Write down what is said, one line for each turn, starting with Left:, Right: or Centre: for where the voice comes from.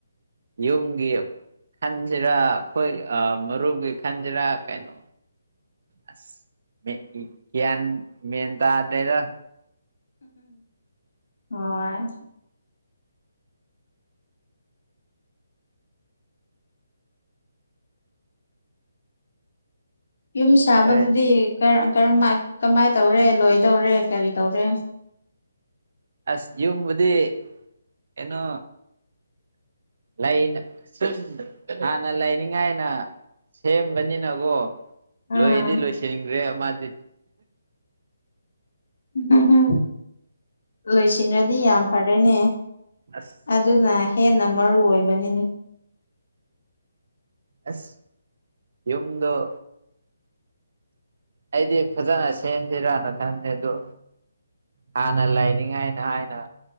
Right: ꯌꯨꯝꯒꯤ ꯈꯟꯁꯤꯔꯥ ꯑꯩꯈꯣꯏ ꯑ ꯃꯔꯨꯞꯒꯤ ꯈꯟꯁꯤꯔꯥ ꯀꯩꯅꯣ ꯑꯁ ꯃꯦꯟ ꯒꯌꯥꯟ ꯃꯦꯟ ꯇꯗꯦꯗ
Left: ꯍꯣꯏ ꯌꯨꯝ ꯁꯥꯕꯗꯨꯗꯤ
Right: ꯍꯣꯏ
Left: ꯀꯔꯝꯃꯥꯏ ꯀꯃꯥꯏꯅ ꯇꯧꯔꯦ ꯂꯣꯏꯗꯧꯔꯦ ꯀꯔꯤ ꯇꯧꯔꯦ
Right: ꯑꯁ ꯌꯨꯝꯕꯨꯗꯤ ꯑꯦꯅꯣ ꯂꯩꯅ ꯁꯨꯝ ꯍꯥꯟꯅ ꯂꯩꯅꯤꯡꯉꯥꯏꯅ ꯁꯦꯝꯕꯅꯤꯅꯀꯣ
Left: ꯑꯥ
Right: ꯂꯣꯏꯗꯤ ꯂꯣꯏꯁꯤꯟꯈ꯭ꯔꯦ ꯑꯃꯗꯤ
Left: ꯎꯝꯝꯝ ꯂꯣꯏꯁꯤꯟꯒꯔꯗꯤ ꯌꯥꯝ ꯐꯔꯦꯅꯦ
Right: ꯑꯁ
Left: ꯑꯗꯨꯅ ꯍꯦꯟꯅ ꯃꯔꯨ ꯑꯣꯏꯕꯅꯤꯅꯦ
Right: ꯑꯁ ꯌꯨꯝꯗꫭ ꯑꯩꯗꯤ ꯐꯖꯅ ꯁꯦꯝꯁꯤꯔꯥꯅ ꯈꯟꯕꯅ‌ꯦ ꯑꯗꯣ ꯍꯥꯟꯅ ꯂꯥꯏꯅꯤꯡꯉꯥꯏꯅ ꯍꯥꯏꯅ